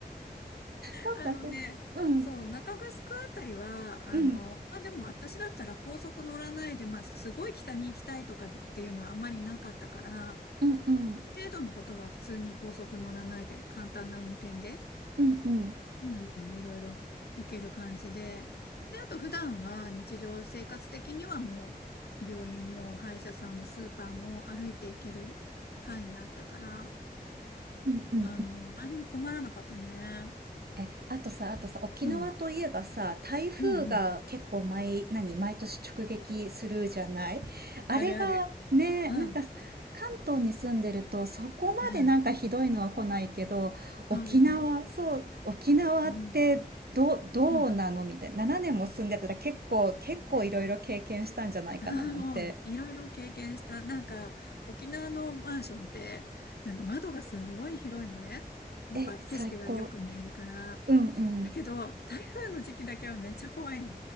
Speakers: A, on the right; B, on the left.
A: そうか、
B: あのね、
A: そうか。うん、
B: そう、中城あたりは、あの、
A: うん、
B: まあ、でも私だったら高速乗らないで、まあ、すごい北に行きたいとかっていうのはあんまりなかったから、ま
A: うん、うん、
B: ある程度のことは普通に高速乗らないで、簡単な運転で、
A: うん、うん、うん、
B: うんうん、いろいろ行ける感じで、で、あと普段は日常生活的にはもう、病院も歯医者さんもスーパーも歩いて行ける範囲にあったから、
A: うん、うん。
B: あの、何も困らなかったね。
A: え、あとさ、あとさ、沖縄といえばさ、
B: うん、
A: 台風が結構毎、
B: うん、うん。
A: 何、毎年直撃するじゃないあれがね、
B: あるある。うん。
A: なんか関東に住んでるとそこまでなんかひどいのは来ないけど、
B: うん。
A: 沖縄、
B: そうだよね。
A: そう、沖縄ってど、
B: うん。
A: どうなのみたいな。
B: うん。
A: 7年も住んでたら結構、結構いろいろ経験したんじゃないかななんて。
B: <laughs> ああ、もう、いろいろ経験した。なんか、沖縄のマンションって、なんか窓がすんごい広いのね。やっぱ景色がよく見えるから。
A: え、最高。うんうん。
B: だけど、台風の時期だけはめっちゃ怖いの。